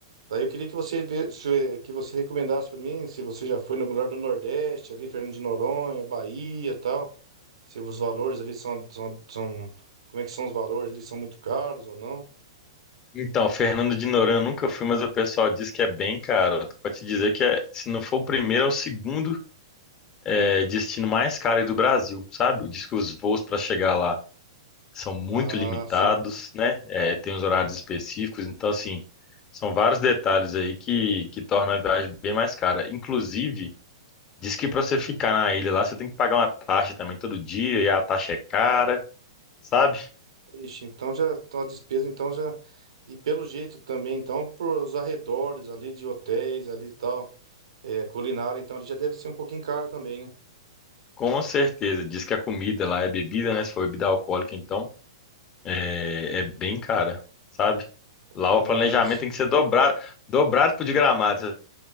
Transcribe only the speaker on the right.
Daí eu queria que você vê- se- que você recomendasse para mim, se você já foi no lugar do Nordeste, ali, Fernando de Noronha, Bahia, e tal. Se os valores ali são, são, são- como é que são os valores? Eles são muito caros ou não?
Ah,
sim.
Ixi, então já então a despesa então já e pelo jeito também, então por os arredores ali de hotéis ali e tal, é, culinária, então ele já deve ser um pouquinho caro também, né?
Ah,